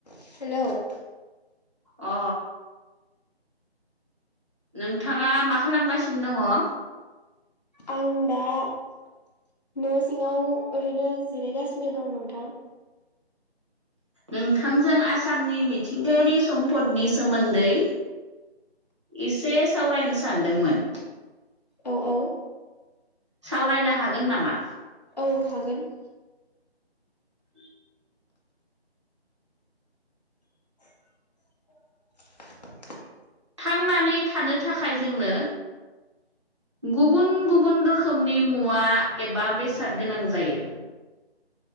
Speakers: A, on the left; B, on the right.
A: हेल'
B: अ नोंथाङा मा खालामगासिनो दङ
A: आं दा न' सिङाव ओरैनो जिरायगासिनो दं नोंथां
B: नोंथांजों आसामनि मिथिंगायारि सम्पदनि सोमोन्दै एसे सावरायनो सानदोंमोन
A: औ औ
B: सावरायनो हागोन नामा
A: औ हागोन
B: उ
A: <inaudible> <inaudible>
B: थांनानै थानो थाखाय जोंनो गुबुन गुबुन रोखोमनि मुवा एबा बेसाद गोनां जायो।